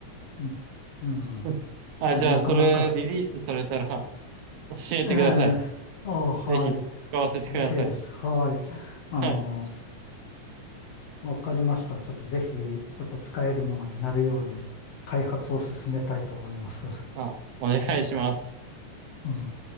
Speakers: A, on the left; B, on the right.
A: うん、うんい
B: <laughs> あ、
A: や、
B: じゃあ、
A: なかなか、
B: それリリースされたら教えてください。
A: ええあはい。
B: ぜひ使わせてください。
A: ぜひ、はい。あの、
B: はい。
A: わかりました。ちょっとぜひ、ちょっと使えるものになるように、開発を進めたいと思います。
B: あ、お願いします。
A: うん。